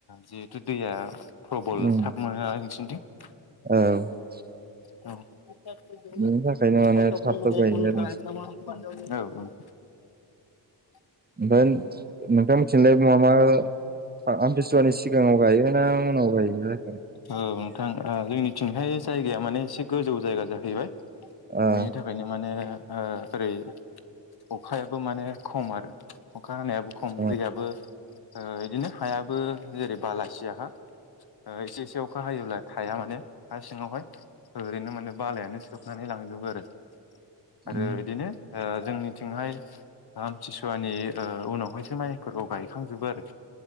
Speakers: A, on the left (about 60°); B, on the right (about 20°).
A: जिहेथु दैया फ्रबल
B: उम
A: थाब मोनो नालाय। <unintelligible>
B: औ। <unintelligible>
A: औ।
B: बिनि थाखायनो माने थाब थाब गायो आरो
A: <unintelligible>
B: ओमफ्राय नोंथाङा मिथिनोलाय मा मा आमथिसुवानि सिगाङाव गायोना उनाव गायो
A: औ नोंथां ओ जोंनिथिंहाय जायगाया माने एसे गोजौ जायगा जाहैबाय।
B: ओ
A: बेनि थाखायनो माने ओ ओरै अखायाबो माने खम आरो अखा। अखा हायाबो खम
B: ओ
A: दैयाबो ओ इदिनो हायाबो जेरै बाला सियाहा ओ एसे एसे हायोब्ला थाया माने हा सिङावहाय। ओरैनो माने बालायानो सोब खुरनानै लांजोबो आरो।
B: उम
A: आरो बिदिनो ओ जोंनिथिंहाय आमथिसुवानि ओ उनावहायसो माइफोरखौ गायखांजोबो आरो